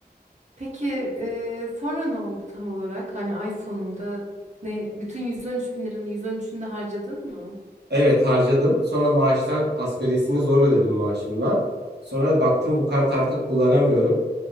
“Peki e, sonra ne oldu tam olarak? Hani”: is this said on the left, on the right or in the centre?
Right